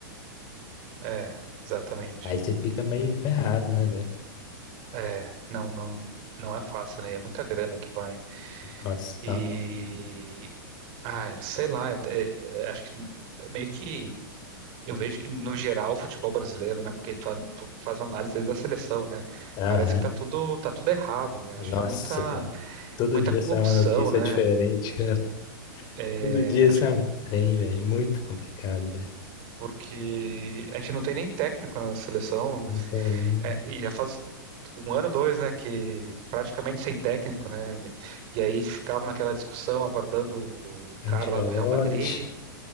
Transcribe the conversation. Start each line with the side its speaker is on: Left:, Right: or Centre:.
Right: é, exatamente.
Left: Aí você fica meio ferrado, né, velho?
Right: É, não, não, não é fácil, né? É muita grana que vai.
Left: Nossa,
Right: E,
Left: fala não.
Right: ah, sei lá, é- é- acho que meio que. Eu vejo que, no geral, o futebol brasileiro, né? Porque tu, a- tu faz uma análise desde a seleção, né?
Left: Aham.
Right: Parece que tá tudo, tá tudo errado, né? Eu
Left: Nossa,
Right: Acho que é muita,
Left: cara. Todo
Right: muita
Left: dia
Right: corrupção,
Left: sai uma notícia
Right: né?
Left: diferente, cara.
Right: É,
Left: Todo dia sai
Right: acho que
Left: um trem, velho. É muito complicado, velho.
Right: porque a gente não tem nem técnico na seleção.
Left: Não
Right: né?
Left: tem, não.
Right: É, e já faz um ano, dois, né? Que praticamente sem técnico, né? E aí ficava naquela discussão aguardando o
Left: Ancelotti.
Right: cara lá do Real Madrid.